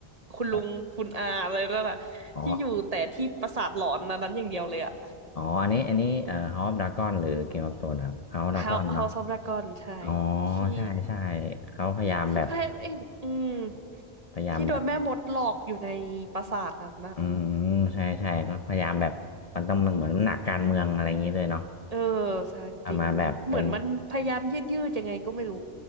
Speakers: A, on the right; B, on the left.
A: คุณลุงคุณอาอะไรนั่นน่ะที่อยู่แต่ที่ปราสาทหลอนนั้นนั้นอย่างเดียวเลยอะ
B: เอออ๋ออ๋อ อันนี้ อันนี้เอ่อฮอปดราก้อนหรือเกมออฟโธนครับเฮาดราก้อนเนาะ
A: House House of Dragon ใช่
B: อ๋อ
A: ที่
B: ใช่ใช่เขาพยายามแบบ
A: ที่พระเอกอืม
B: พยายามแบบ
A: ที่โดนแม่มดหลอกอยู่ในปราสาทนั้นนะ
B: อืมใช่ใช่ก็พยายามแบบ มันต้องมันเหมือนมันหนักการเมืองอะไรอย่างนี้เลยเนาะ
A: เออเออใช่จริงเหมือนมันพยายามยืดยืดยังไงก็ไม่รู้
B: เอามาแบบเป็น